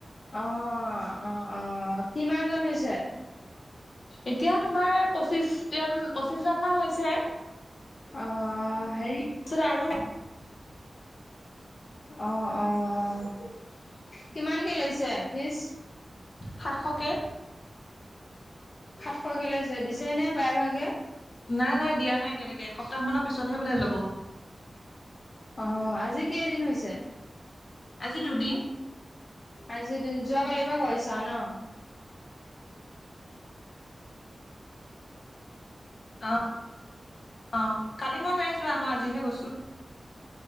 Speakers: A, on the left; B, on the left.
A: অহ, অ', অ', কিমান জন হৈছে?
B: এতিয়া তোমাৰ, পঁচিশ জন, পঁচিশ জনমান হৈছে।
A: অ', হেৰি
B: <unintelligible>
A: অ', অ', কিমানকে লৈছে ফিছ?
B: সাতশকে।
A: সাতশকে লৈছে দিছে নে প্ৰায় ভাগে।
B: নাই নাই দিয়া নাই এতিয়ালৈকে এসপ্তাহ মানৰ পিছতহে বোলে ল'ব।
A: অ', আজি ক এদিন হৈছে।
B: আজি দুদিন।
A: আজি যোৱাকালিৰ পৰা কৰৰিছা ন।
B: অ', অ', কালি মই নাই যোৱা মই আজিহে গৈছোঁ।